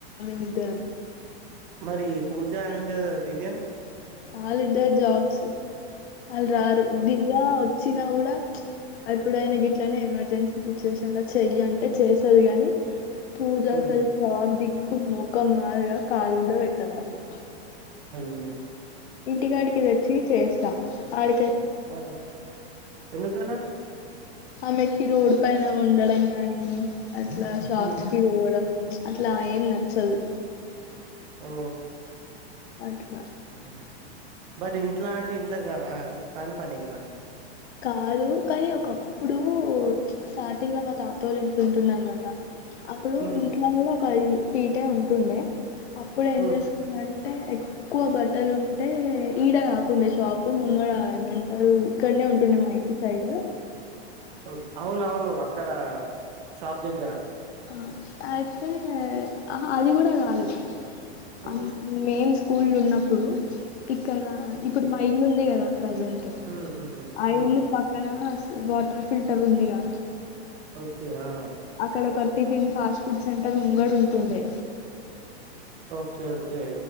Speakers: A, on the left; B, on the right.
A: మిద్దరం
B: మరీ పూజ అండ్ దివ్య
A: ఆలిద్దరు జాబ్స్ ఆల్ రారు
B: ఓకే
A: దివ్యా వచ్చిన గూడ ఎప్పుడు ఆయన గిట్లనే ఎమర్జెన్సీ సిచ్యువేషన్ ల చెయ్యి అంటే చేస్తది గానీ పూజ‌
B: హ్మ్
A: అసలు శాప్ దిక్కు ముఖం మొఖం కాదుగా, కాలు గూడ పెట్టదామే.
B: అయ్యె
A: ఇంటికాడికి తెచ్చి చేస్త ఆడి
B: అర్రె ఎందుకలా
A: ఆమెకి రోడ్ పైన ఉండడం గాని, అట్లా షాప్స్
B: హ్మ్
A: కి పోవడం అట్లా ఏం నచ్చదు
B: మ్మ్ఁ
A: అఓకే
B: ఆఁ స బట్ ఇంట్లా అంటే ఇంట్ల గా రా కాని పని కదా
A: కాదు కానీ ఒకప్పుడు స్టార్టింగ్ లో మా తాతోళ్ళ ఇంట్లో ఉంటుండే అనమాట అప్పుడు
B: ఉమ్
A: ఇంట్లో కూడ ఒక పీటే ఉంటుండే, అప్పుడు ఏం
B: ఉమ్
A: చేస్తుండే అంటే ఎక్కువ బట్టలు ఉంటే ఈడ కాకుండే ఆ షాపు ముంగడా ఏమంటారు ఇక్కడ్నే తిను మా ఇంటి సైడు
B: ఓకే అవునవును అక్కడా షాప్ దగ్గర
A: ఆ అయితే అహ అది కూడ కాదు
B: ఉమ్
A: అం మేమ్ స్కూల్ ఉన్నప్పుడు ఇక్కడ
B: ఓకే
A: ఇప్పుడు మా ఇల్లు ఉంది కదా ప్రజెంట్
B: ఉమ్ ఉమ్
A: ఆ
B: ఉమ్
A: ఇల్లు పక్కన వాటర్ ఫిల్టర్ ఉందిగా
B: ఓకే ఆ
A: అక్కడ ఒక టిఫిన్ ఫాస్ట్ ఫుడ్ సెంటర్ ముంగడ ఉంటుండే
B: ఓకే ఓకే